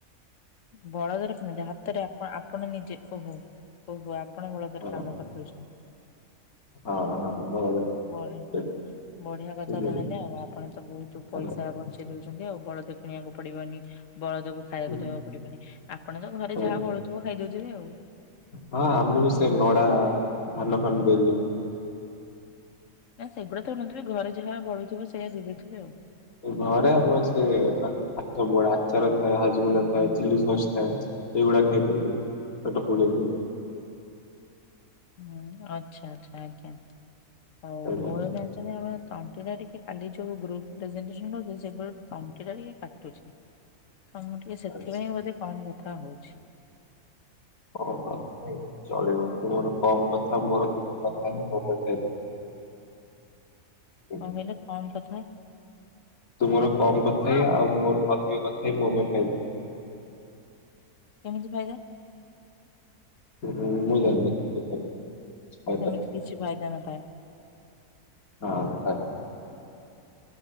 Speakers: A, on the left (about 65°); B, on the left (about 85°).
A: ବଳଦ ରଖିନାହାନ୍ତି ହାତରେ ଆପ ଆପଣ ନିଜେ ଓହୋ ଓହୋ ଆପଣ ବଳଦରେ
B: ହଁ
A: କାମ କରିଦଉଛନ୍ତି।
B: ହଁ ହଁ। ବଳଦ
A: ବଢ଼ି
B: ରଖିଛନ୍ତି।
A: ବଢ଼ିଆ କଥା
B: ବୁଝିଲେ?
A: ତାହେଲେ ଆଉ ଆପଣ ତ ବହୁତ ପଇସା
B: ହଁ
A: ବଞ୍ଚେଇ ବଞ୍ଚେଇ ଦଉଛନ୍ତି ଆଉ ବଳଦ କିଣିବାକୁ ପଡ଼ିବନି ବଳଦକୁୁ ଖାଇବାକୁ
B: ହୁଁ,
A: ଦେବାକୁ ପଡ଼ିବନି। ଆପଣ ଙ୍କ ଘରେ
B: ହୁଁ।
A: ଯାହା ବଳୁଥିବ ଖାଇଦଉଥିବେ ଆଉ।
B: ହଁ ଆମକୁ ବି ସେ ନଡ଼ା ଧାନ ଫାନ ଦେଇ ଦିଅନ୍ତି।
A: ନା ସେଗୁଡ଼ାକ ତ ଦେଉନଥିବେ ଘରେ ଯାହା ବଳୁଥିବ ସେଇଆ ଦେଇ ଦେଉଥିବେ ଆଉ।
B: ଘରେ ଆମର ସେ ସବୁଗୁଡ଼ା ଆଚାର ଥାଏ ହଜମୁଲା ଥାଏ ଚିଲି ସସ ଥାଏ। ସେଇଗୁଡ଼ା ଖାଇଦବୁ ପେଟ ଫୁଲ ହେଇ ଯିବ।
A: ହୁଁ ଅଚ୍ଛା ଆଚ୍ଛା ଆଜ୍ଞା ଆଉ
B: ଆଜ୍ଞା
A: ମୋର ଜାଣିଛନ୍ତି ଆମର ତଣ୍ଟିଟା ଟିକେ କାଲି ଯୋଉ ଗ୍ରୁପ୍ <unintelligible> ତଣ୍ଟି ଟା ଟିକେ କାଟୁଛି। ତମେ ଟିକେ ସେଥିପାଇଁ
B: ଆଚ୍ଛା।
A: ବୋଧେ କମ୍ କଥା ହଉ।
B: ହଁ ଭଲ ନାଇଁ ଚଳିବ ତୁ ମୋର ଗୋଟେ କମ କଥା ମୋର କି <unintelligible> ବୁଝିଲେ?
A: କଣ କହିଲେ କମ କଥା
B: ତୁମର କମ କଥା
A: କେମିତି
B: ହେଇ ଆଉ ମୋର ଅଧିକ କଥା ହେଇ ମୋ ପାଇଁ ଫାଇଦା।
A: କେମିତି ଫାଇଦା?
B: ଉଁ ମୁଁ ଜାଣିନି। କେତେ ଫାଇଦା ଫାଇଦା।
A: ସେମିତି କିଛି ଫାଇଦା ନଥାଏ।
B: ହଁ ହ।